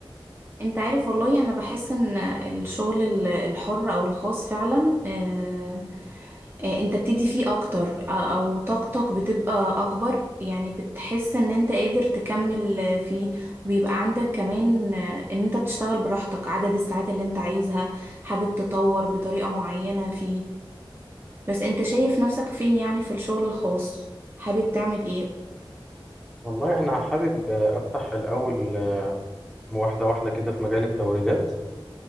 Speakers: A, on the right; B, in the centre.
A: انت عارف والله انا بحس ان الشغل ال- الحر او الخاص فعلا آه... آه... انت بتدي فيه اكتر آه، او طاقتك بتبقى اكبر يعني بتحس ان انت قادر تكمل آه، فيه وبيبقى عندك كمان آه، ان انت بتشتغل براحتك عدد الساعات اللي انت عايزها حابب تطور بطريقة معينة فيه بس انت شايف نفسك فين يعني في الشغل الخاص حابب تعمل ايه
B: والله أنا حابب أفتح الأول واحدة واحدة كده في مجال التوريدات